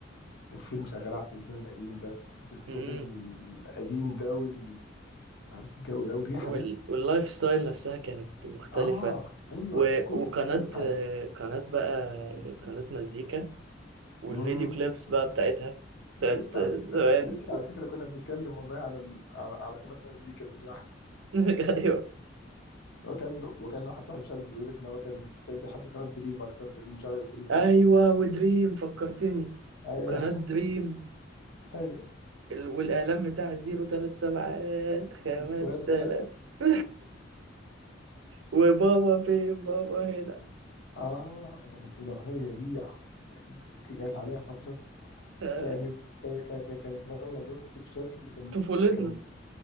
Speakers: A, on the left (about 65°); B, on the right (about 70°).
A: وفيلم شغال على التلفزيون القديم ده بالصوت
B: مم.
A: القديم ده وال... عارف الجو ده والريحه
B: وال...
A: دي
B: واللايف ستايل نفسها كانت مختلفه
A: اه ايوه
B: و...
A: كل
B: وقناه
A: كل حاجه
B: آه، قناه بقى قناه مزيكا والفيديو
A: امم
B: كليبس بقى بتاعتها بتاعت
A: لسه على فكره
B: زمان
A: لسه على فكره كنا بنتكلم والله على ال... على, على قناه مزيكا دي <laughs>
B: <laughs> ايوه
A: وكان وكان واحد صاحبي مش عارف بيقول ان هو كان كان بيحب قناه دريم اكتر دريم مش عارف دريم 2
B: ايوه
A: تقريبا
B: ودريم فكرتني
A: ايوه
B: وقناة دريم
A: <laughs> ايوه
B: ال- والاعلان بتاع زيرو تلات سبعات خمس
A: ثلاثه
B: تلات
A: ثلاثه
B: <laughs> وبابا فين بابا هنا
A: اه الأغن- الاغنيه دي جت عليها فتره
B: <laughs> آه،
A: كانت كانت كانت كانت فايرال بص بشكل كان
B: طفولتنا
A: كان